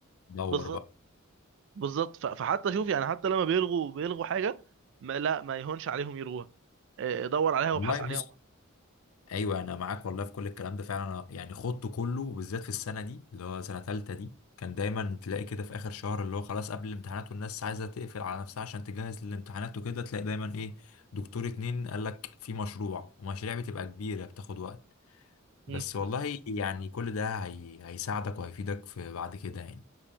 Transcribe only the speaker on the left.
دور
بقى
والله
بص ايوه انا معاك والله في كل الكلام ده فعلا أنا يعني خضته كله بالذات في السنه دي اللي هو سنه تالته دي كان دايما تلاقي كده في اخر شهر اللي هو خلاص قبل الامتحانات والناس عايزه تقفل على نفسها عشان تجهز للامتحانات وكده تلاقي دايما ايه دكتور اتنين قال لك في مشروع ومشاريع بتبقى كبيره بتاخد وقت
بس والله
يعني كل ده هي... هيساعدك وهيفيدك في بعد كده يعني